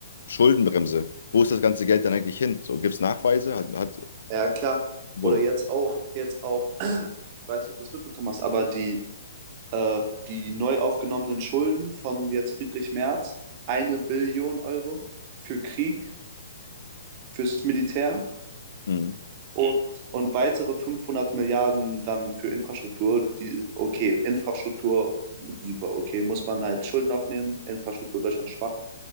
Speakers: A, on the left; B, on the right.
A: Schuldenbremse. Wo ist das ganze Geld dann eigentlich hin? So, gibt es Nachweise? Hat, hat
B: ja, klar.
A: so.
B: Oder jetzt auch, jetzt auch, <clears throat> ich weiß nicht, ob du es mitbekommen hast, aber die äh, die neu aufgenommenen Schulden von jetzt Friedrich Merz, eine Billion Euro für Krieg, fürs Militär
A: Mhm.
B: und, und weitere 500 Milliarden dann für Infrastruktur. Die, okay, Infrastruktur, super, okay, muss man halt Schulden aufnehmen, Infrastruktur Deutschland schwach.